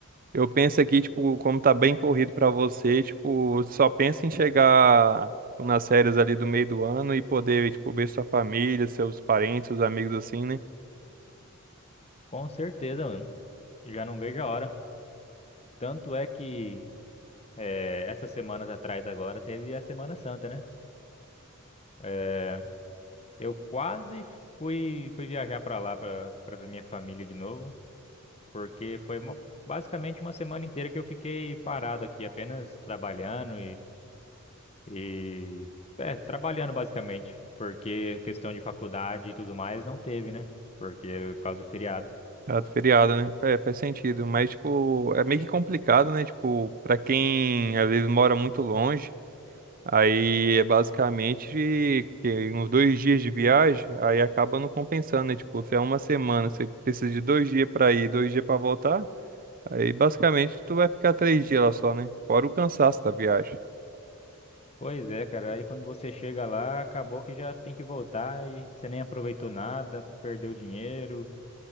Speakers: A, on the right (about 40°); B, on the left (about 30°).
A: Eu penso aqui, tipo, como tá bem corrido pra você, tipo, só pensa em chegar tipo, nas férias ali do meio do ano e poder, tipo, ver sua família, seus parentes, seus amigos assim, né?
B: Com certeza, mano. Já não vejo a hora. Tanto é que eh, essas semanas atrás agora teve a Semana Santa, né? Eh, eu quase fui, fui viajar pra lá pra para ver minha família de novo, porque foi uma- basicamente uma semana inteira que eu fiquei parado aqui, apenas trabalhando E é, trabalhando basicamente, porque questão de faculdade e tudo mais não teve, né? Porque por causa do feriado.
A: Ah, do feriado, né? É, faz sentido, mas, tipo, é meio que complicado, né? Tipo, pra quem às vezes mora muito longe, aí é basicamente que uns dois dias de viagem, aí acaba não compensando, né? Tipo, se é uma semana, você precisa de dois dias pra ir, dois dias pra voltar. Aí basicamente tu vai ficar três dias lá só, né? Fora o cansaço da viagem.
B: Pois é, cara, aí quando você chega lá, acabou que já tem que voltar e você nem aproveitou nada, perdeu dinheiro